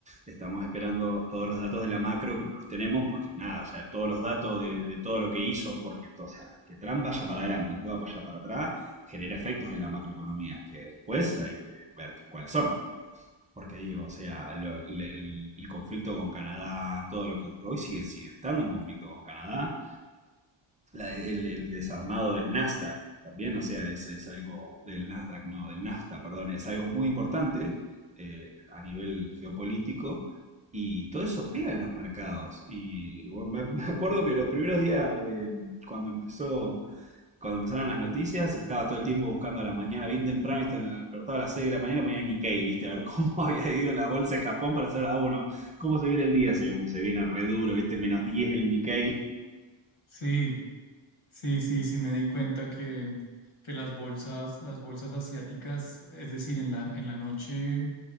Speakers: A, on the right (about 15°); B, on the left (about 75°).
A: estamos esperando todos los datos de la macro que no los tenemos porque nada, o sea, todos los datos de, de todo lo que hizo, porque o sea, que Trump vaya para adelante y pueda vaya para atrás, genera efectos en la macroeconomía, que después hay que ver que, cuáles son. Porque digo, o sea, lo- le- el, el conflicto con Canadá, todo lo que hoy sigue, siguen estando en conflicto con Canadá, La- el, el desarmado del Nasdaq también, o sea, es, es algo del Nasdaq, no, del NAFTA, perdón, es algo muy importante eh, a nivel geopolítico y todo eso pega en los mercados. Y bueno, me, me acuerdo que los primeros días de cuando empezó cuando empezaron las noticias, estaba todo el tiempo buscando a la mañana, bien temprano, ¿viste? me despertaba a las 6 de la mañana, ponía Nikkei, ¿viste? A ver cómo <laughs> había ido la bolsa de Japón para hacer, ah, bueno, cómo se viene el día. Se, uh, se viene re duro, ¿viste? Menos diez el Nikkei.
B: Sí, sí, sí, sí, sí me di cuenta que, que las bolsas, las bolsas asiáticas, es decir, en la, en la noche.